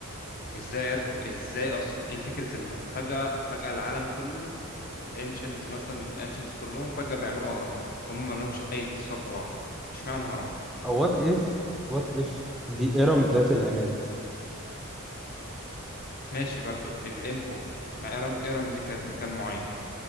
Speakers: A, on the left; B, in the centre.
A: إزاي عرفوا إزاي أصلا إيه فكرة ال- فجأة فجأة العالم كله الانشنت مثلا الانشنتس كلهم فجأة بيعملوا أهرامات هم ما لهمش أي اتصال ببعض اشمعنى هرم
B: أو وات إف وات إف دي إرم ذات العماد
A: ماشي برضو الإنفو ما إرم إرم دي كانت مكان معين